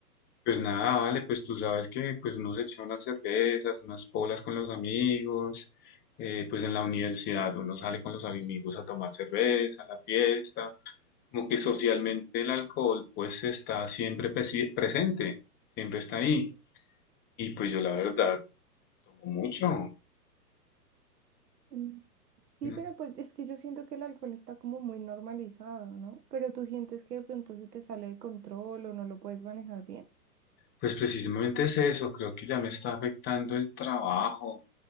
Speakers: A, on the left; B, on the right.
A: Pues nada, vale, pues tú sabes que pues uno se echa unas cervezas, unas polas con los amigos. eh, pues en la universidad uno sale con los amigos a tomar cerveza, a la fiesta. Como que socialmente el alcohol pues está siempre presi- presente, siempre está ahí. Y pues yo la verdad tomo mucho.
B: Mm, Sí,
A: ¿no?
B: pero pues es que yo siento que el alcohol está como muy normalizado, ¿no? Pero tú sientes que de pronto se te sale de control o no lo puedes manejar bien.
A: Pues precisamente es eso, creo que ya me está afectando el trabajo.